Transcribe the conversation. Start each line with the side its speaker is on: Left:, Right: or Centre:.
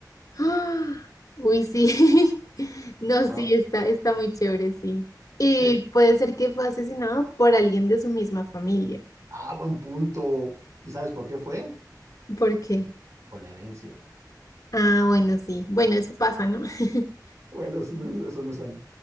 Left: <gasps> ¡Ah! Uy, sí. <laughs> No,
Right: ¿no?
Left: sí, está, está muy chévere, sí. Y
Right: Eh,
Left: puede ser que fue asesinado por alguien de su misma familia.
Right: Ah, buen punto. ¿Y sabes por qué fue?
Left: ¿Por qué?
Right: Por la herencia.
Left: Ah, bueno, sí. Bueno, eso pasa, ¿no? <laughs>
Right: Bueno, eso no es, eso no es tan...